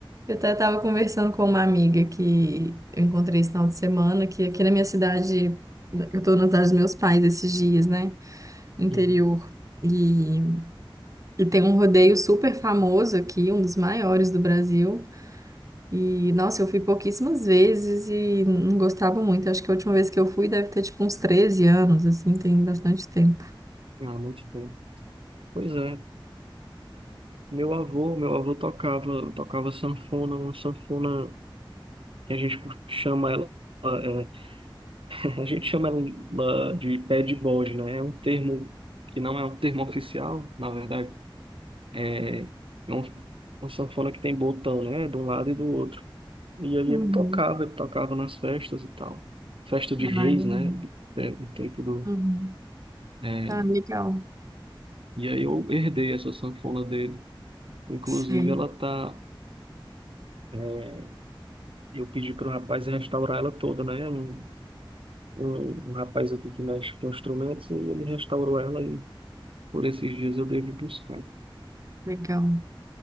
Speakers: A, on the right; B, on the right.
A: Eu até estava conversando com uma amiga que eu encontrei esse final de semana, que aqui na minha cidade, eu estou na cidade dos meus pais esses dias, né? No interior.
B: Uhum.
A: E, e tem um rodeio super famoso aqui, um dos maiores do Brasil. E, nossa, eu fui pouquíssimas vezes e não gostava muito. Acho que a última vez que eu fui deve ter, tipo, uns treze anos, assim, tem bastante tempo.
B: Ah, muito bem. Pois é. Meu avô, meu avô tocava, tocava sanfona, uma sanfona que a gente chama ela, é, <laughs> a gente chama ela de pé de bode, né? É um termo que não é um termo oficial, na verdade. É, é um- uma sanfona que tem botão, né? De um lado e do outro. E aí
A: Uhum.
B: ele tocava, ele tocava nas festas e tal. Festa de reis,
A: Ai, legal.
B: né? É, No tempo do.
A: Uhum.
B: é,
A: Ah, legal.
B: E aí eu herdei essa sanfona dele. Inclusive,
A: Sei,
B: ela tá. é, Eu pedi para o rapaz restaurar ela toda, né? Um, um, um rapaz aqui que mexe com instrumentos e ele restaurou ela e por esses dias eu devo buscar.
A: legal.